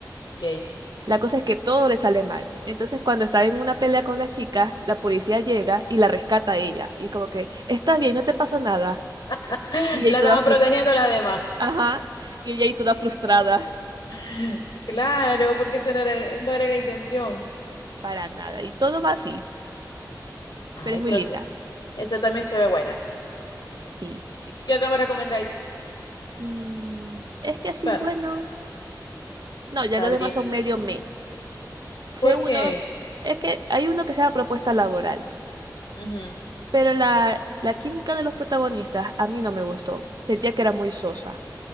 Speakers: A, on the left; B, on the right.
A: ok.
B: La cosa es que todo le sale mal. Entonces, cuando está en una pelea con las chicas, la policía llega y la rescata a ella. Y como que, estás bien, no te pasó nada.
A: <laughs>
B: Y ella
A: La
B: ahí toda
A: estaban
B: frus-
A: protegiendo las demás.
B: Ajá, y ella ahí toda frustrada.
A: <laughs> Claro, porque eso no era, no era la intención.
B: para nada. Y todo va así,
A: Ay,
B: pero es muy
A: pero
B: linda.
A: se- esta también se ve buena.
B: Sí.
A: ¿Qué, qué otra me recomendáis
B: Mm, es que sí,
A: para
B: bueno. No, ya
A: abrir?
B: los demás son medio me. Sé
A: Porque,
B: uno, es que hay uno que se llama propuesta laboral,
A: ujú,
B: pero la, la química de los protagonistas a mí no me gustó. Sentía que era muy sosa.